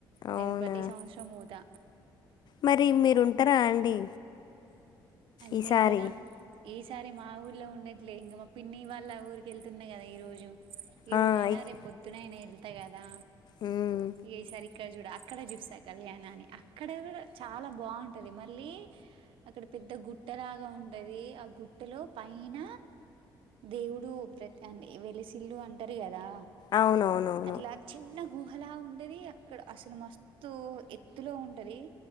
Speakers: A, on the left; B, on the right.
A: అవునా
B: నేను ప్రతి సంవత్సరం పోతా
A: మరి మీరుంటారా అండి
B: అంటే
A: ఈసారి
B: ఇక్కడ ఈసారి మా ఊర్లో ఉండే ఇట్లే ఇంకా మా పిన్ని వాళ్ళ ఊరికి వెళ్తున్నా కదా ఈ రోజు ఈ
A: ఆ
B: రోజయినా
A: ఇక్
B: రేపు పొద్దునయినా వెళ్తా అంత కదా
A: మ్మ్
B: ఇగ ఈసారికి ఇక్క చూడ అక్కడ చూస్తా కళ్యాణ అని అక్కడ కూడా చాలా బాగుంటది మళ్ళీ అక్కడ పెద్ద గుట్ట లాగా ఉంటది ఆ గుట్టలో పైన దేవుడు ఆ వెలిసిల్లు అంటారు కదా
A: అవునవునవును
B: అట్లా చిన్న గుహలా ఉంటది అక్కడ అసలు మస్తు ఎత్తులో ఉంటది